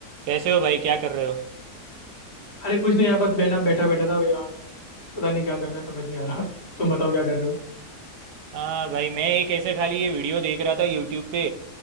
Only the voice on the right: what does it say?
कैसे हो भाई क्या कर रहे हो
हाँ भाई मैं एक ऐसे खाली ये वीडियो देख रहा था यूट्यूब पे